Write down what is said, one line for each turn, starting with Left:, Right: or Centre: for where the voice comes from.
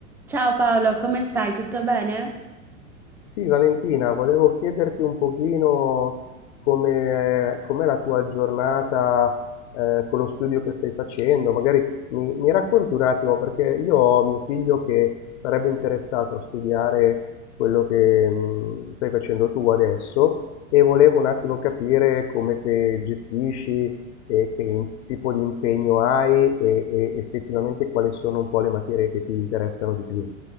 Centre: Ciao Paolo, come stai? Tutto bene?
Left: Sì, Valentina, volevo chiederti un pochino come, eh, com'è la tua giornata eh, con lo studio che stai facendo. Magari mi, mi racconti un attimo, perché io ho mio figlio che sarebbe interessato a studiare quello che mh, stai facendo tu adesso e volevo un attimo capire come te gestisci e che tipo di impegno hai e e effettivamente quali sono un po' le materie che ti interessano di più.